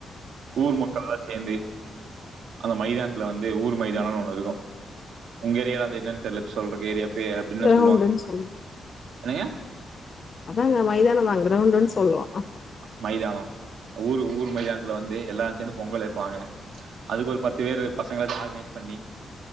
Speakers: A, on the right; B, on the left.
A: ஊர் மக்கள்ல்லா சே சேந்து அந்த மைதானத்துல வந்து ஊர் மைதானோன்னு ஒண்ணு இருக்கும் உங்க ஏரியால அந்த என்னன்னு தெர்ல சொல்றக்கு ஏரியா பே அப்படின்ன
B: கிரௌண்டுன்னு
A: சொல்லுவாங்க
B: சொல்லு
A: என்னங்க
B: அதாங்க மைதானம் தா கிரௌண்டுன்னு சொல்வோ
A: மைதானோ ஊர் ஊர் மைதானத்துல வந்து எல்லா சேந்து பொங்கல் வைப்பாங்க அதுக்கு ஒரு பத்து பேர் பசங்க ஆர்கனைஸ் பண்ணி